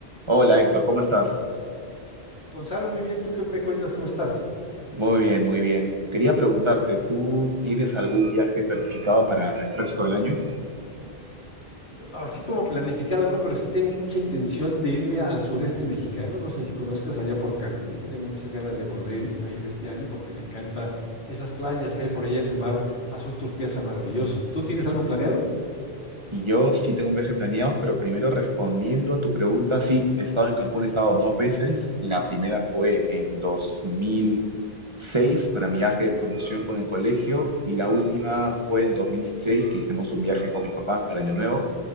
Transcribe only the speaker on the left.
Gonzalo, muy bien, ¿tú qué me cuentas? ¿Cómo estás?
No, así como planificado, no, pero sí tengo mucha intención de irme al sureste mexicano. No sé si conozcas allá por Cancún. Tengo muchas ganas de volver a ir este año porque me encanta esas playas que hay por allá, ese mar azul turquesa maravilloso. ¿Tú tienes algo planeado?